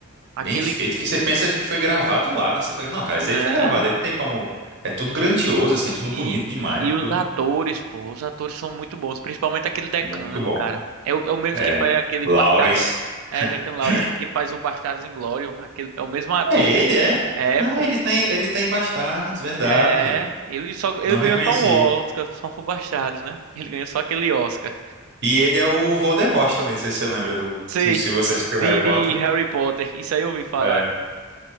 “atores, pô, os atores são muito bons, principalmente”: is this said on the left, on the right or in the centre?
Right